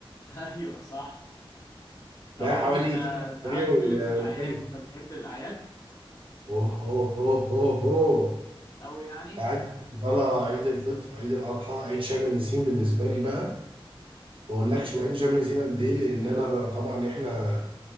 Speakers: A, on the left; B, on the right.
A: <laughs> ايوه صح طب
B: بقى
A: وانت
B: حوالي
A: آه،
B: 3
A: تعالى
B: اسابيع والعيد
A: نتكلم في الاعياد انت بتحب الاعياد
B: اوه اوه اوه اوه اوه
A: قوي يعني
B: قاعد طالع عيد الفطر عيد الاضحى عيد شم النسيم بالنسبه لي بقى ما اقولكش بحب شم النسيم قد ايه لان انا بقى طبعا احنا